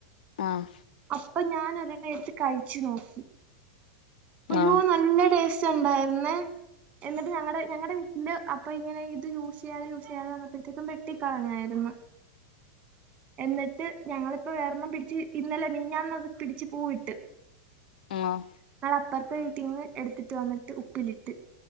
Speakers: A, on the left; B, on the right.
A: ആഹ്
B: അപ്പൊ ഞാനൊരു അത് എടുത്ത് കഴിച്ചു നോക്കി. ഇയ്യോ
A: ആഹ്
B: നല്ല ടേസ് ച്ച്ണ്ടായിരുന്നേ എന്നിട്ട് ഞങ്ങടെ ഞങ്ങടെ വീട്ടില് അപ്പ ഇങ്ങനെ ഇത് യൂസ് ചെയ്യാതെ യൂസ് ചെയ്യാതെ വന്നപ്പോഴത്തേക്കും വെട്ടിക്കളഞ്ഞായിരുന്നു, എന്നിട്ട് ഞങ്ങളിപ്പോ വേറൊണ്ണം പിടിച്ച് ഇന്നലെ മിൻഞ്ഞാന്ന് അത് പിടിച്ച് പൂവിട്ട്.
A: ആഹ്
B: ങ്ങളപ്പർ ത്തെ വീട്ടീന്ന് എടുത്തിട്ട് ഇട്ട് വന്നിട്ട് ഉപ്പിലിട്ട്